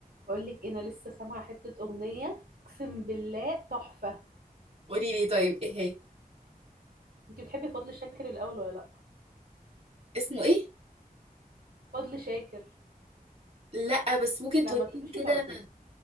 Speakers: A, on the right; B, on the right.
A: بقول لك انا لسه سامعه حته اغنيه اقسم بالله تحفه
B: قولي لي طيب ايه هي
A: انت بتحبي فضل شاكر الاول ولا لا
B: اسمه ايه
A: فضل شاكر
B: لا بس ممكن
A: لا
B: تقولي
A: ما تقوليش
B: لي كده
A: ما تعرفيهوش